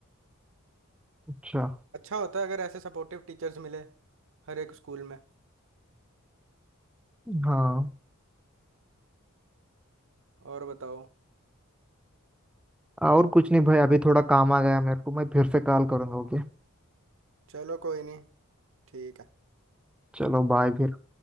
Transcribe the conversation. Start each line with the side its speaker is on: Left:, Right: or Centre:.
Centre: अच्छा
Right: अच्छा होता है अगर ऐसे सपोर्टिव टीचर्स मिले हर एक स्कूल में
Centre: हाँ
Right: और बताओ
Centre: और कुछ नहीं भाई अभी थोड़ा काम आ गया मेरे को मैं फिर से कॉल करूंगा ओके
Right: चलो कोई नहीं ठीक है
Centre: चलो बाय फिर